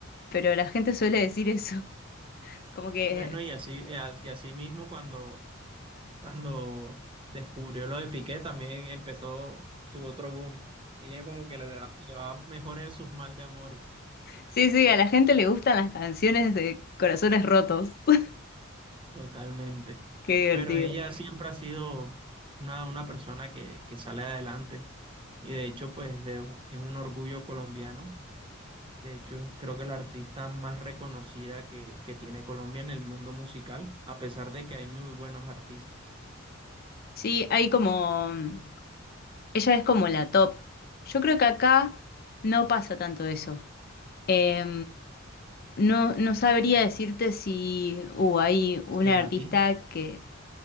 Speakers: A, on the left; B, on the right.
A: pero la gente suele decir eso. <laughs> Como que,
B: Bueno, y así, y así mismo cuando, Cuando descubrió lo de Piqué, también empezó su otro boom. Ella como que le va, le va mejor en sus mal de amores,
A: sí, sí, a la gente le gustan las canciones de corazones rotos. <laughs>
B: totalmente.
A: Qué
B: Pero
A: divertido.
B: ella siempre ha sido una, una persona que, que sale adelante y de hecho pues es un es un orgullo colombiano. De hecho creo que la artista más reconocida que, que tiene Colombia en el mundo musical, a pesar de que hay muy buenos artistas.
A: Sí, hay como, mm, ella es como la top. Yo creo que acá no pasa tanto eso. Eh, no, no sabría decirte si uh, hay una
B: Será
A: artista
B: ti.
A: que,